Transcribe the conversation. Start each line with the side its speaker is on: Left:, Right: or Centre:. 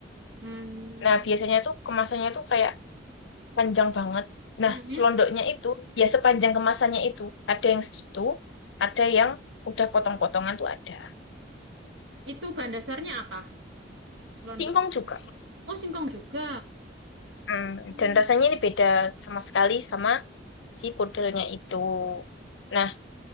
Right: Hmm,
Left: Nah, biasanya tuh kemasannya tuh kayak panjang banget. Nah,
Right: hmm.
Left: selondoknya itu ya sepanjang kemasannya itu. Ada yang segitu, ada yang udah potong-potongan tuh ada.
Right: Itu bahan dasarnya apa? Selondok
Left: Singkong
Right: itu.
Left: juga.
Right: Oh, singkong juga.
Left: Hmm,
Right: Hmm.
Left: dan rasanya ini beda sama sekali sama si pudelnya itu. Nah,